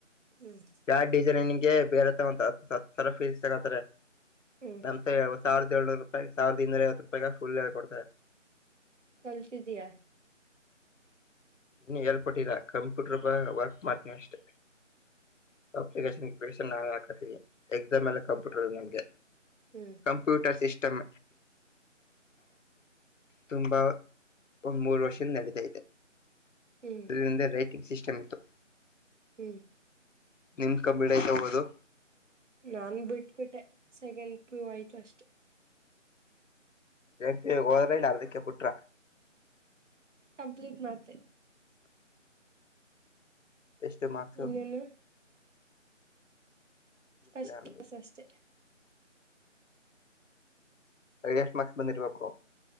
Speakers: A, on the right; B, on the left.
A: ಹ್ಮ್
B: ಯಾವ ಡಿಸೈನಿಂಗ್ ಬೇರೆತ್ತ ಒಂತ ಹ ಹತ್ ಸಾವಿರ ಫೀಸ್ ತಗತಾರೆ
A: ಹ್ಮ್
B: ಅಂತ ವ್ಯೆ ಸಾವಿರದ ಏನೂರು ರೂಪಾಯಿ ಸಾವಿದ ಇೂೈಐವ ರೂಾಯಗ ಲ್ಳ್ ಕೊಡ್ತಾರೆ
A: ಕಲ್ತಿದ್ದೀಯಾ
B: ಇನ್ನು ಎೇಲ್ಪಟ್ಟೀರಾ ಕಂಪ್ಯೂಟರ್ ಬ ವರ್ಕ್ ಮಾಡ್ತೀನಿ ಅಷ್ಟೆ ಅಪ್ಲಿಕೇಶನ್ಲಿಕೇಶನ್ ನಾವೇ ಹಾಕತೀವಿ ಎಕ್ಸಾಮ್ ಎಲ್ಲ ಕಂಪ್ಯೂಟರ್ ನಮಗೆ
A: ಹ್ಮ್
B: ಕಂಪ್ಯೂಟರ್ ಸಿಸ್ಟಮ್ ತುಂಬಾ ಒ ಮೂರ್ ವರ್ಷದ ನಡೀತಾೈತೆ
A: ಹ್ಮ್
B: ಅದರಿಂದ ರೈಟಿಂಗ್ ಸಿಸ್ಟಮ್ ಇತ್ತು
A: ಹ್ಮ್
B: ನಿಮ್ ಕಂಬಿಡೈತ ಹೋಗೋದು
A: ನಾನ್ ಬಿಟ್ಬಿಟ್ಟೆ ಸೆಕೆಂಡ್ ಪ ಐಟ್ ಅಷ್ಟೆ
B: ಪ ಗೋದಲಲಿ ಅದಿಕ ಪುಟ್ರ
A: ಕಂಪ್ಲೀಟ್ ಮಾಡ್ತೆ
B: ಎಷ್ಟು ಮಾಡಾರ್ಕ್ಸು
A: ಇನ್ನೇನು ಫಸ್ಟ್
B: ಇಲ್ಲ ಅಂದು
A: ಕ್ಸ್ ಅಷ್ಟೆ
B: ಯಷಕ್ಸ್ ಬಂದಿರ್ಬೇಕಕ್ಕೋ